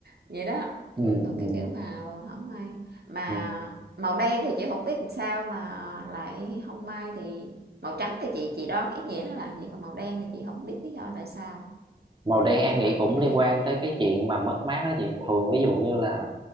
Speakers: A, on the right; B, on the right.
A: vậy đó
B: ừ
A: ừ, tôi
B: ừ,
A: cái kiểu mà không may mà
B: ừ.
A: màu đen thì chị không biết làm sao mà lại không may thì màu trắng thì chị chị đoán ý nghĩa nó là gì còn màu đen thì chị không biết lý do tại sao
B: màu đen
A: không
B: em
A: cho
B: nghĩ
A: mặc
B: cũng
A: màu đen
B: liên quan tới cái chuyện mà mất mát đó chị thường ví dụ như là